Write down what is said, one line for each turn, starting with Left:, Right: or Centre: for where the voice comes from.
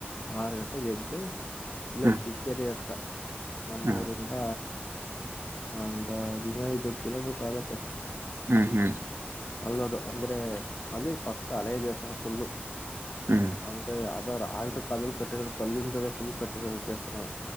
Left: ಆರು ಗಂಟೆಗೆ ಎಗೆದ್ದು ಇಲ್ಲ
Right: ಹ್ಮ್
Left: ಕಕ್ಕೇರಿ ಹತ್ರ ನಮ್ಮೂರಿಂದ
Right: ಹ್ಮ್
Left: ಒಂದ ದಿನ ಐದು ಕಿಲೋಮೀಟರ್ ಆಗತ್ತೆ
Right: ಹ್ಮ್ ಹ್ಮ್
Left: ಅಲ್ಲದು ಅಂದ್ರೆ ಅಲ್ಲಿ ಪಕ್ಕ ಹಳೇ ದಿವಸ ಫುಲ್ಲು
Right: ಹ್ಮ್
Left: ಅಂದ್ರೆ ಅದು ಅ ಆದ್ರರು ಕಲ್ಲಲ್ ಕಟ್ಟಿರೋದು ಕಲ್ಲಿಂದೇ ಫುಲ್ ಕಟ್ಟಿರೋದು ದೇವಸ್ರ